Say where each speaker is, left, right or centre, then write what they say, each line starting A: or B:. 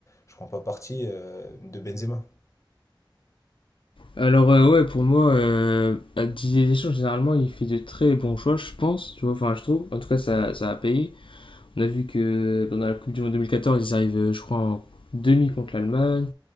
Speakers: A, on the left; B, on the left.
A: je prends pas parti euh, de Benzema.
B: Alors euh, ouais, pour moi, euh, à Didier Deschamps, généralement, il fait de très bons choix, je pense, tu vois, enfin je trouve, en tout cas ça, ça a payé. On a vu que pendant la Coupe du Monde 2014, ils arrivent, euh, je crois, en demi contre l'Allemagne.